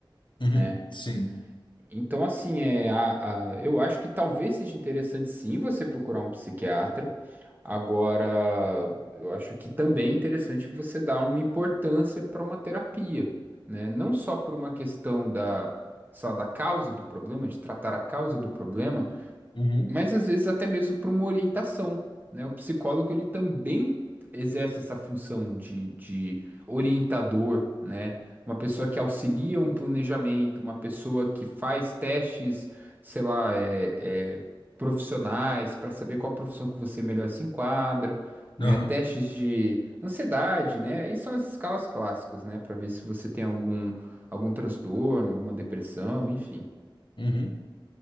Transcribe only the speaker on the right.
né?
Então, assim, é, a, a- eu acho que talvez seja interessante sim você procurar um psiquiatra. Agora, eu acho que também é interessante você dar uma importância para uma terapia, né? Não só por uma questão da, sei da causa do problema, de tratar a causa do problema,
mas às vezes até mesmo para uma orientação, né? O psicólogo ele também exerce essa função de, de orientador, né? Uma pessoa que auxilia um planejamento, uma pessoa que faz testes, sei lá, é, é, profissionais para saber qual profissão que você melhor se enquadra, né?
Testes de ansiedade, né? Aí são as escalas clássicas, né? Para ver se você tem algum algum transtorno, alguma depressão, enfim.